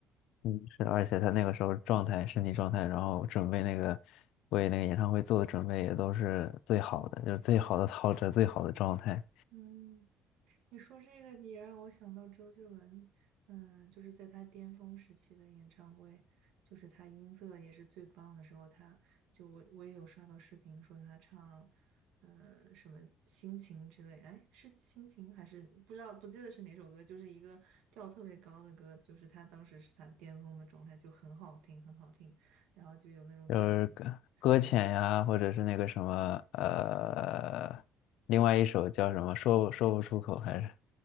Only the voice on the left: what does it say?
嗯，是的，而且他那个时候状态、身体状态，然后准备那个为那个演唱会做的准备也都是最好的，就是最好的陶喆、最好的状态，
就是搁搁浅呀，
或者是那个什么呃，另外一首叫什么说不说不出口，还是